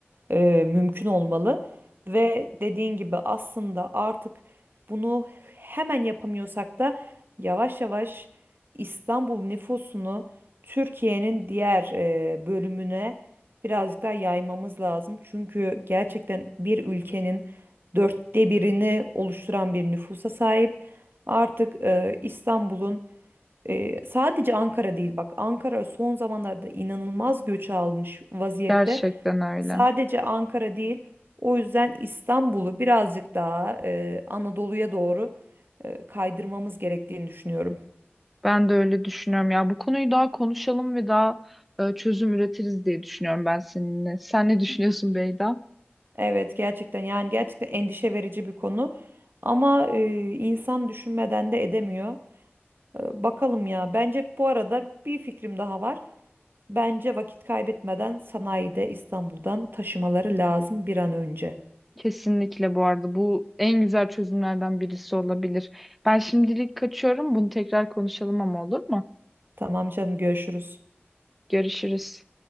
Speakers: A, on the right (about 55°); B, in the centre.
A: e, mümkün olmalı. Ve dediğin gibi aslında artık bunu hemen yapamıyorsak da yavaş yavaş İstanbul nüfusunu Türkiye'nin diğer e, bölümüne birazcık daha yaymamız lazım. Çünkü gerçekten bir ülkenin dörtte birini oluşturan bir nüfusa sahip. Artık e, İstanbul'un e, sadece Ankara değil bak Ankara son zamanlarda inanılmaz göç almış vaziyette.
B: Gerçekten öyle.
A: Sadece Ankara değil, o yüzden İstanbul'u birazcık daha e, Anadolu'ya doğru e, kaydırmamız gerektiğini düşünüyorum.
B: Ben de öyle düşünüyorum. Ya bu konuyu daha konuşalım ve daha e, çözüm üretiriz diye düşünüyorum ben seninle. Sen ne düşünüyorsun Beyda?
A: Evet, gerçekten yani gerçekten endişe verici bir konu ama e, insan düşünmeden de edemiyor. E, bakalım ya. Bence bu arada bir fikrim daha var. Bence vakit kaybetmeden sanayide İstanbul'dan taşımaları lazım bir an önce.
B: Kesinlikle bu arada bu en güzel çözümlerden birisi olabilir. Ben şimdilik kaçıyorum. Bunu tekrar konuşalım ama olur mu?
A: Tamam canım, görüşürüz.
B: Görüşürüz.